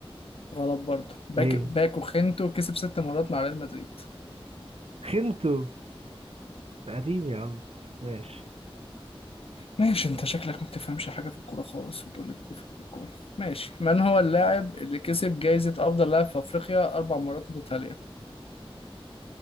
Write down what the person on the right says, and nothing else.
مين
خنتو ده قديم يا عم ماشي